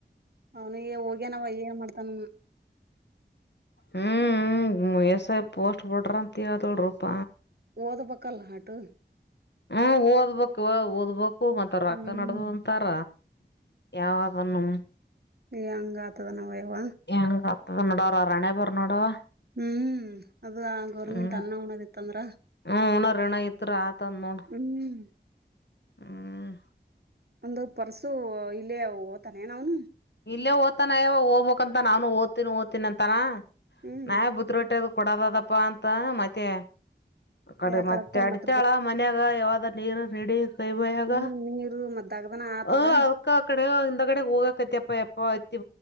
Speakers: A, on the right; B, on the left.
A: ಅವನು ಹೋಗ್ಯನಾವ್ಯ್ಯಏ ಮಾಡ್ತಾನ
B: ಹ್ಮ್ ಹ್ಮ್ ಎಸ್ ಐ ಪೋಸ್ಟ್ ಬುಟ್ಟಾರಂತ ಹೇಳ್ತಾರಪ್ಪ
A: ಓದ ಬೇಕಲ್ಲ ಹಾಟು
B: ಹ್ಮ ಓದ್ಬೇಕವ ಓದ್ಬೇಕು ಮತ್ತ ರೊಕ್ಕ
A: ಹ್ಮ್
B: ನಡ್ದದಂತಾರ. ಯಾವಾಗ <unintelligible>
A: ಯಂಗ್ ಆತದ ನಾವ್ ಯವ್ವ.
B: ಹೆಂಗ್ ಆತದ ನೋಡವ್ರ ಅವ್ರ್ ಹಣೆಬರ ನೋಡವ.
A: ಹ್ಮ್ ಅದ ಗೌರ್ಮೆಂಟ್
B: ಹ್ಮ್
A: ಅನ್ನ ಉಣೋದಿತ್ತಂದ್ರ
B: ಹ್ಮ್ ಉಣೊ ಋಣ ಇದ್ರೆ ಆತದ ನೋಡ್.
A: ಹ್ಮ್
B: ಹ್ಮ್
A: ಒಂದ ಪರ್ಸು ಇಲ್ಲೇ ಅವು ಹೊತಾನೆನೂ ಅವನು.
B: ಇಲ್ಲೇ ಓದ್ತಾನ ಯವ ಹೊಬಂಕ್ ಅಂತ ನಾನನು ಓದ್ತಿನಿ ಓದ್ತೀನಿ ಅಂತಾನ
A: ಹ್ಮ್
B: ನಾವೇ ಬುದ ಹೊಟ್ಟದ ಕೊಡದದಪ್ಪ ಅಂತ ಮತ್ತೆ ಕಡೆ
A: ಯಾಕಲಕ್ಕ
B: ಮತ್ತೆ ಅಡ್ತಾಳ
A: ಮತ್
B: ಮನ್ಯಾಗ ಯಾವದ ನೀರು ರೆಡಿ ಕೈಬಾಗ
A: ಹ್ಮ್ ನೀರು ಮತ್ ದಗ್ದನ ಆತದ.
B: ಹ.. ಅಕ್ಕಾ ಆ ಕಡೆ ಹಿಂದ ಕಡೆ ಹೋಗಕತಿಪ್ಪ ಎಪ್ಪ ಐತಿ